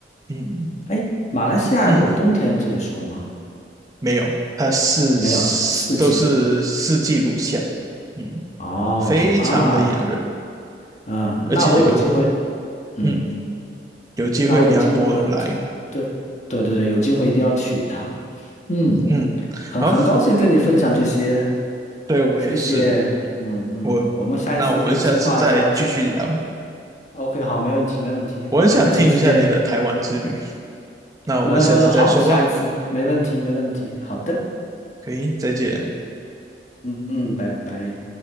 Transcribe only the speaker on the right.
嗯
嗯，没有，它是
都是四季如夏，嗯，
非常的炎热，
而且我
嗯有机会你要多来，
嗯，
好。对，我也是。
嗯，
我，
那我们下次再继续聊。
我很想听一下你的台湾之旅，
那我们下次再说吧。
可以，再见。